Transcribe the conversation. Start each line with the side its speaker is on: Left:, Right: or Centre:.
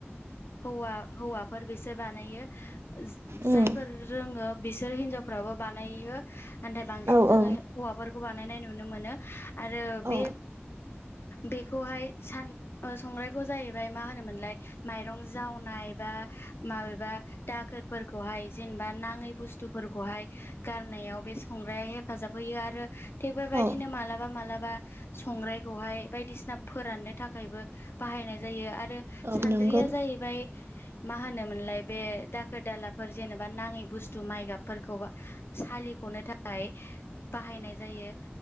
Left: हौवा हौवाफोर बिसोर बानायो
Right: उम
Left: जायफोर रोङो बिसोर हिनजावफ्राबो बानायो नाथाय बांसिन
Right: औ
Left: जोङो
Right: औ
Left: हौवाफोरखौ बानायनाय नुनो मोनो आरो बे
Right: औ
Left: बेखौहाय सान संग्रायखौ जाहैबाय मा होनोमोनलाय माइरं जावनाय बा माबेबा दाखोरफोरखौहाय जेनेबा नाङै बुस्थुफोरखौहाय गारनायाव बे संग्राया हेफाजाब होयो आरो थिग बेबायदिनो
Right: औ
Left: मालाबा मालाबा संग्रायखौहाय बायदिसिना फोराननो थाखायबो बाहायनाय जायो आरो
Right: औ
Left: सान्द्रिया
Right: नंगौ
Left: जाहैबाय मा होनोमोनलाय बे दाखोर दालाफोर जेनेबा नाङै बुस्थु माइ गाबफोरखौ सालिख'नो थाखाय बाहायनाय जायो